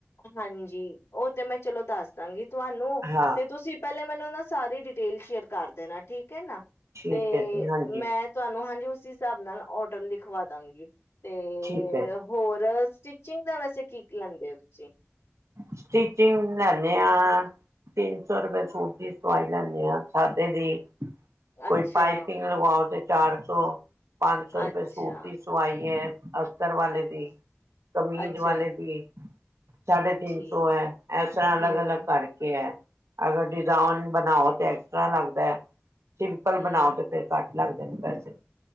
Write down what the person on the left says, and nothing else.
ਹਾਂਜੀ ਉਹ ਤੇ ਮੈਂ ਚਲੋ ਦੱਸਦਾਂਗੀ ਤੁਹਾਨੂੰ
ਤੇ ਤੁਸੀਂ ਪਹਿਲਾਂ ਮੈਨੂੰ ਨਾ ਸਾਰੀ ਡਿਟੇਲ ਸ਼ੇਅਰ ਕਰ ਦੇਣਾ। ਠੀਕ ਏ ਨਾ
ਤੇ
ਮੈਂ ਤੁਹਾਨੂੰ ਹਾਂਜੀ ਉਸੀ ਹਿਸਾਬ ਨਾਲ ਆਰਡਰ ਲਿਖਵਦਾਂਗੀ ਤੇ
ਹੋਰ ਸਟੀਚਿੰਗ ਦਾ ਵੈਸੇ ਕੀ-ਕੀ ਲੈਂਦੇ ਓ ਤੁਸੀਂ।
ਅੱਛਾ
ਅੱਛਾ
ਅੱਛਾ
ਅੱਛਾ
ਠੀਕ
ਹੂੰ
ਓ
ਹੂੰ